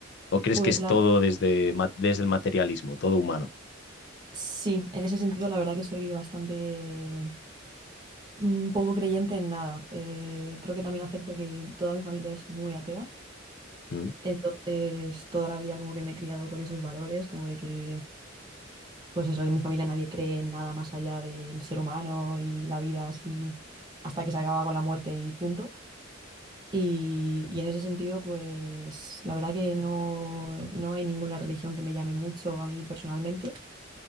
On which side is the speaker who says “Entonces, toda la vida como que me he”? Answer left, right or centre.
Right